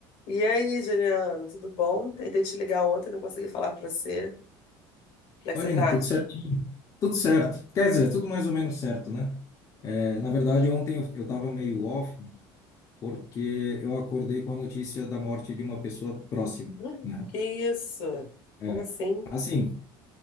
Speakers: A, on the left (about 65°); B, on the left (about 35°).
A: E aí, Juliana, tudo bom? Tentei te ligar ontem, não consegui falar com você. Como é que
B: Oi,
A: você
B: Nina,
A: tá?
B: tudo certo? Tudo certo. Quer dizer, tudo mais ou menos certo, né? É, na verdade, ontem eu, eu tava meio off porque eu acordei com a notícia da morte de uma pessoa próxima,
A: <gasps> Hum,
B: né?
A: Que isso?
B: É,
A: Como assim?
B: assim,